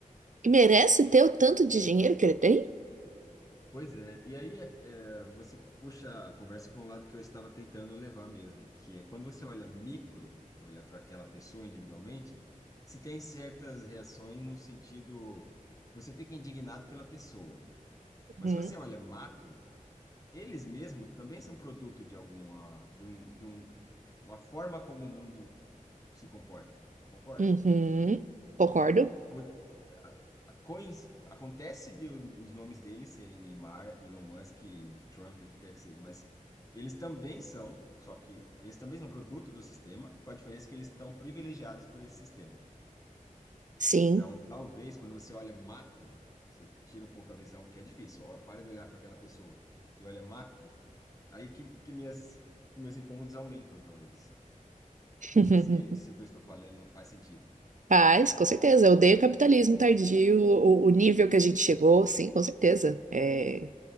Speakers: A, on the right; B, on the left.
A: merece ter o tanto de dinheiro que ele tem?
B: Pois é, e aí é, é, você puxa a conversa para um lado que eu estava tentando levar mesmo, que é quando você olha micro, olhar para aquela pessoa individualmente, se tem certas reações no sentido, você fica indignado pela pessoa. Mas
A: Uhum.
B: se você olha macro, eles mesmos também são produto de alguma, de um, de um, uma forma como o mundo se comporta, concorda?
A: Uhum. Concordo.
B: É, Por- a- a coinc- acontece de os nomes deles serem Neymar, Elon Musk, Trump, o que quer que seja, mas eles também são, só que eles também são produto do sistema, com a diferença que eles estão privilegiados por esse sistema.
A: Sim.
B: Então, talvez, quando você olha macro, você tira um pouco a visão, que é difícil, ó, para de olhar para aquela pessoa e olha macro, aí que, que, minhas, que meus incômodos aumentam, talvez.
A: <laughs>
B: Não sei se, se o que eu estou falando faz sentido.
A: Faz, com certeza. Eu odeio o capitalismo tardio, o, o nível que a gente chegou, sim, com certeza. É,